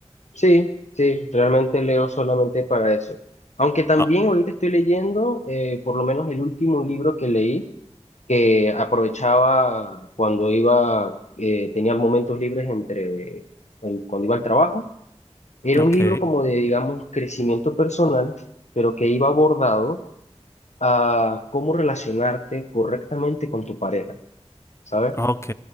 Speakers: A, on the left; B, on the left.
A: sí, sí, realmente leo solamente para eso. Aunque también
B: Oh,
A: ahorita estoy leyendo, eh, por lo menos el último libro que leí, que aprovechaba cuando iba, eh, tenía momentos libres entre, el- cuando iba al trabajo Era
B: ok,
A: un libro como de, digamos, crecimiento personal, pero que iba abordado a cómo relacionarte correctamente con tu pareja, ¿sabes?
B: ok,